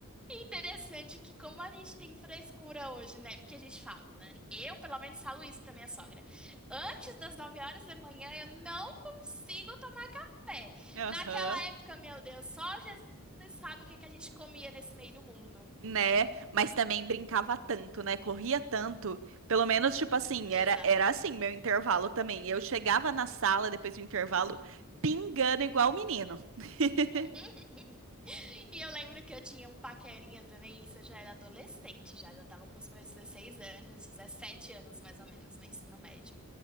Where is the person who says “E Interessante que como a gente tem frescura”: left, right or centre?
Centre